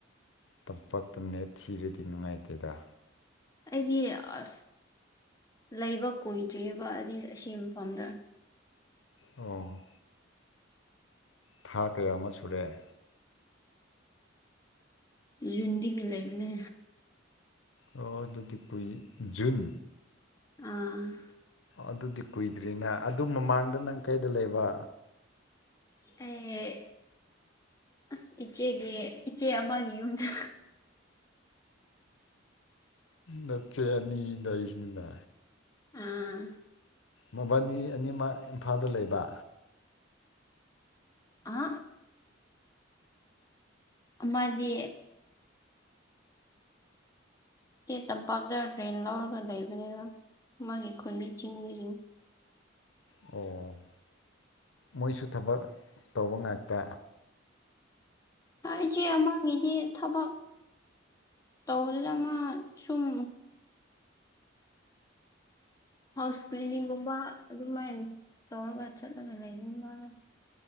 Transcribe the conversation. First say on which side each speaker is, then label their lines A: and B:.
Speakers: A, on the left; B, on the left.
A: ꯇꯝꯄꯥꯛꯇ ꯅꯦꯠ ꯊꯤꯔꯗꯤ ꯅꯨꯡꯉꯥꯏꯇꯦꯗ
B: ꯑꯩꯗꯤ ꯑꯁ ꯂꯩꯕ ꯀꯨꯏꯗ꯭ꯔꯤꯑꯕ ꯑꯁꯤ ꯐꯝꯗ꯭ꯔꯥ
A: ꯑꯣ ꯊꯥ ꯀꯌꯥ ꯑꯃ ꯁꯨꯔꯑꯦ
B: ꯌꯟꯗꯤꯒ ꯂꯩꯕꯅꯦ
A: ꯑꯣ ꯑꯗꯨꯗꯤ ꯀꯨꯏ ꯖꯨꯟ
B: ꯑꯥ
A: ꯑꯗꯨꯗꯤ ꯀꯨꯏꯗ꯭ꯔꯤꯅꯦ ꯑꯗꯨ ꯃꯃꯥꯡꯗ ꯅꯪ ꯀꯩꯗ ꯂꯩꯕ
B: ꯑꯦ ꯑꯁ ꯏꯆꯦꯒ ꯏꯆꯦ ꯑꯃꯒꯤ ꯌꯨꯝꯗ
A: ꯅꯆꯦ ꯑꯅꯤꯗꯥꯏꯅꯤꯅ
B: ꯑꯥ
A: ꯃꯕꯥꯅꯤ ꯑꯅꯤꯃꯛ ꯏꯝꯐꯥꯜꯗ ꯂꯩꯕ
B: ꯑ ꯑꯃꯗꯤ ꯑꯦ ꯇꯝꯄꯥꯛꯇ ꯔꯦꯟ ꯂꯧꯔꯒ ꯂꯩꯕꯅꯤꯅ ꯃꯥꯒꯤꯈ ꯃꯤ ꯆꯤꯡꯖꯔꯤ
A: ꯑꯣ ꯃꯣꯏꯁꯨ ꯊꯕꯛ ꯇꯧꯕ ꯉꯥꯛꯇ
B: ꯑꯩ ꯏꯆꯦ ꯑꯃꯥꯡꯉꯆꯦ ꯊꯕꯛ ꯇ ꯍꯖ ꯁꯨꯝ ꯍꯥꯎꯁ ꯀ꯭ꯂꯤꯅꯤꯡꯒꯨꯝꯕ ꯑꯗꯨꯃꯥꯏꯅ ꯇꯧꯔꯒ ꯆꯠꯂꯒ ꯂꯩꯅꯤ ꯃꯥꯅ